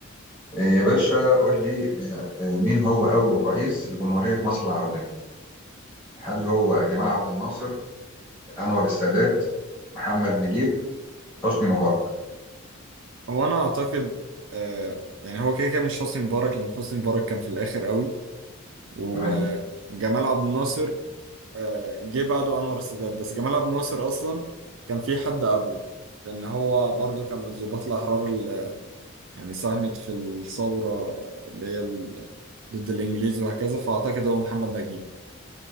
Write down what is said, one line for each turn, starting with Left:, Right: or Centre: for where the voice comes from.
Left: آه، يا باشا قول لي آه، آه، مين هو أول رئيس لجمهورية مصر العربية هل هو جمال عبد الناصر أنور السادات محمد نجيب حسني مبارك
Right: هو انا اعتقد آه يعني هو كده كده مش حسني مبارك لان حسني مبارك كان في الاخر قوي وجمال
Left: تمام
Right: عبد الناصر آه جه بعده انور السادات بس جمال عبد الناصر اصلا كان في حد قبله لان هو برضو كان من الضباط الاحرار اللي يعني ساهمت في الثوره اللي هي ال- ضد الانجليز وهكذا فاعتقد هو محمد نجيب